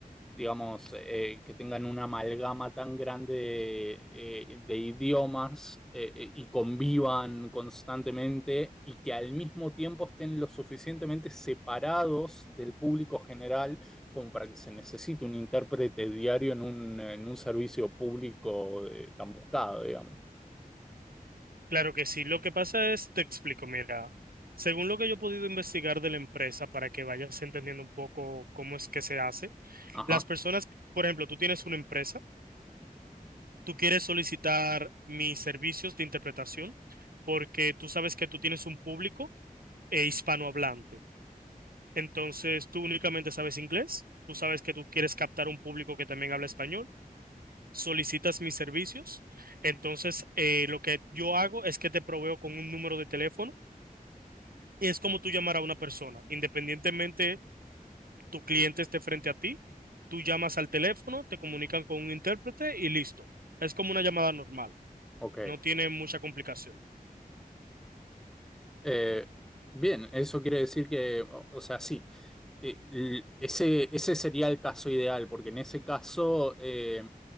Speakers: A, in the centre; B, on the right (about 75°).
A: digamos, eh, que tengan una amalgama tan grande de, eh, de idiomas eh, eh, y convivan constantemente y que al mismo tiempo estén lo suficientemente separados del público general como para que se necesite un intérprete diario en un, en un servicio público eh, tan buscado, digamos.
B: Claro que sí, lo que pasa es, te explico, mira. Según lo que yo he podido investigar de la empresa, para que vayas entendiendo un poco cómo es que se hace,
A: Ajá.
B: Las personas, por ejemplo, tú tienes una empresa, tú quieres solicitar mis servicios de interpretación porque tú sabes que tú tienes un público eh, hispanohablante. Entonces, tú únicamente sabes inglés, tú sabes que tú quieres captar un público que también habla español, solicitas mis servicios. Entonces, eh, lo que yo hago es que te proveo con un número de teléfono y es como tú llamar a una persona, independientemente tu cliente esté frente a ti, tú llamas al teléfono, te comunican con un intérprete y listo. Es como una llamada normal,
A: Ok,
B: no tiene mucha complicación.
A: Eh, bien, eso quiere decir que, o, o sea, sí, eh, l- ese, ese sería el caso ideal, porque en ese caso eh,